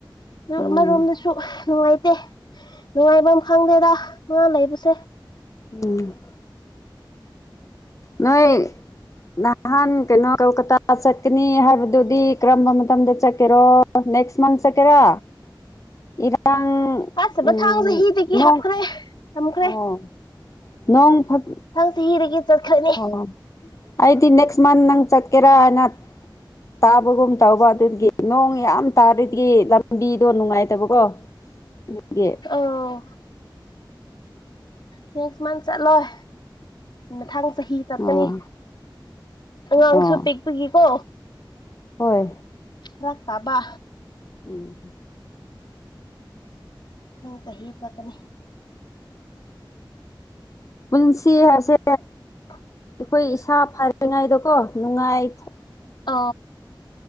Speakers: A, on the left; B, on the left.
A: ꯎꯝ
B: ꯑꯃꯔꯣꯝꯗꯁꯨ ꯅꯨꯡꯉꯥꯏ ꯠꯇꯦ ꯅꯨꯡꯉꯥꯏꯕ ꯑꯃ ꯈꯪꯗꯦꯗ ꯉꯥ ꯂꯩꯕꯁꯦ
A: ꯎꯝ ꯅꯣꯏ ꯅꯍꯥꯟ ꯀꯩꯅꯣ ꯀꯜ ꯀ ꯆꯠꯅꯤ ꯍꯔꯗꯨ ꯀꯔꯝꯕ ꯃꯇꯝꯗ ꯆꯠꯀꯦꯔꯣ ꯅꯦꯛꯁ ꯃꯟ ꯆꯠ ꯀꯔꯣ ꯏꯔꯥꯡ
B: ꯑꯁ
A: ꯎꯝ
B: ꯃꯊꯥꯡ ꯆꯍꯤꯗꯒꯤ
A: ꯅꯣꯡ
B: ꯍꯥꯞꯈ꯭ꯔꯦ ꯊꯝꯈ꯭ꯔꯦ
A: ꯑꯣ ꯅꯣꯡ ꯐꯠ
B: ꯃꯊꯪ ꯆꯍꯤꯗꯒꯤ ꯆꯠꯈ꯭ꯔꯅꯤ
A: ꯑꯣ ꯑꯩꯗꯤ ꯅꯦꯛꯁ ꯃꯟ ꯅꯪ ꯆꯠꯀꯦꯔꯥ ꯍꯥꯏꯅ ꯇꯥꯕꯒꯨꯝ ꯇꯧꯕ ꯑꯗꯨꯒꯤ ꯅꯣꯡ ꯌꯥꯝ ꯇꯥꯔꯗꯤ ꯂꯝꯕꯤꯗꯣ ꯅꯨꯡꯉꯥꯏꯇꯕꯀꯣ ꯑꯗꯨꯒꯤ
B: ꯑꯣ ꯅꯦꯛꯁ ꯃꯥꯟꯊ ꯆꯠꯂꯣꯏ ꯃꯊꯪ ꯆꯍꯤ ꯇꯠꯀꯅꯤ
A: ꯑꯥ
B: ꯑꯉꯥꯡꯁꯨ
A: ꯑꯥ
B: ꯄꯤꯛꯄꯒꯤꯀꯣ
A: ꯍꯣꯏ
B: ꯔꯥꯛ ꯇꯕ
A: ꯎꯝ
B: ꯅꯪ ꯆꯍꯤ ꯆꯂꯀꯅꯤ
A: ꯄꯨꯟꯁꯤ ꯍꯥꯏꯁꯦ
B: ꯑ
A: ꯑꯩꯈꯣꯏ ꯏꯁꯥ ꯐꯔꯤꯉꯩꯗꯀꯣ ꯅꯨꯡꯉꯥꯏ
B: ꯑ